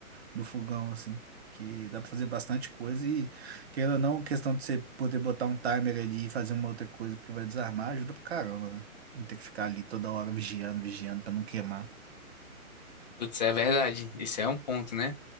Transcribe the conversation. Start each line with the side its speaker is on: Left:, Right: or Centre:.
Right: do fogão, assim. Que dá para fazer bastante coisa e, querendo ou não, questão de você poder botar um timer ali e fazer uma outra coisa porque vai desarmar, ajuda pra caramba, né? Não ter que ficar ali toda hora vigiando, vigiando para não queimar.
Left: Putz, é verdade. Isso é um ponto, né?